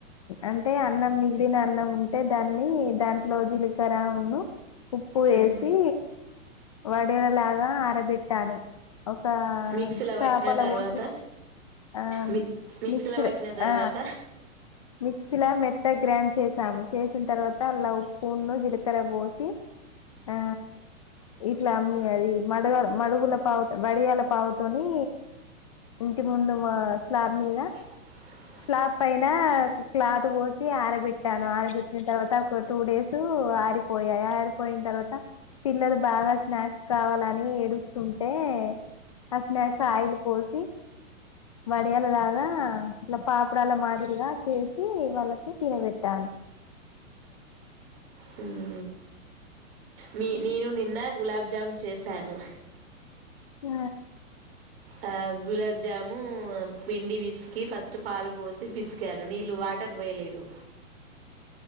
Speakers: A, on the left; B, on the right.
A: అంటే అన్నం మిగిలిన అన్నం ఉంటే దాన్ని దాంట్లో జీలకర్రను ఉప్పు వేసి
B: ఉమ్.
A: వడియాలాగా ఆరబెట్టాను ఒక
B: మిక్సీలో
A: చాపల
B: పట్టిన తర్వాత
A: పోసి ఆ
B: మి మిక్సీలో
A: మస
B: పట్టిన తర్వాత
A: ఆ మిక్సీ ల మెత్తగ గ్రాండ్ చేసాము చేసిన తర్వాత అలా ఉప్పును జీలకర్ర పోసి ఆ ఇట్లా మడగ మడుగుల పావుతో వడియాల పావుతోని ఇంటి ముందు స్లాబ్ మీద
B: అ
A: స్లాబ్ పైన క్లాత్ పోసి ఆరబెట్టాను ఆరబెట్టిన తర్వాత ఒక టూ డేస్ ఆరిపోయాయి ఆరిపోయిన తర్వాత పిల్లలు బాగా స్నాక్స్ కావాలని ఏడుస్తుంటే ఆ స్నాక్స్ ఆయిల్ పోసి వడియాలలాగా ఇట్లా పాపడాల మాదిరిగా చేసి వాళ్ళకు తినబెట్టాను
B: హ మీ నేను నిన్న గులాబ్ జామున్ చేశాను
A: ఆ
B: ఆ గులాబ్ జాము పిండి పిసికి ఫస్ట్ పాలు పోసి పిసికాను నీళ్ళు వాటర్ వేయలేదు